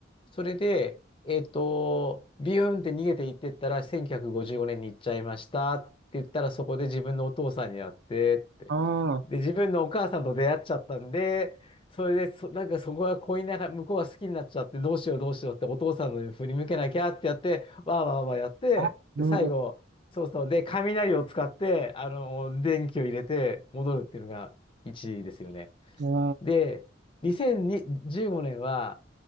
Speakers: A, on the left; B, on the right.
A: それで、えっと、ビューンって逃げていってったら、1955年に行っちゃいましたって言ったら、そこで自分のお父さんに会ってって。
B: ああ、
A: で、自分のお母さんと出会っちゃったんで、それでそ、なんかそこが恋ながら、向こうが好きになっちゃって、どうしようどうしようってお父さんのに振り向けなきゃってやって、わーわーわーやって、
B: あ、なるほ
A: で、最後、そうそう、で、雷を使って、あの、電気を入れて戻るっていうのが1ですよね。
B: ど。
A: で、2015年は、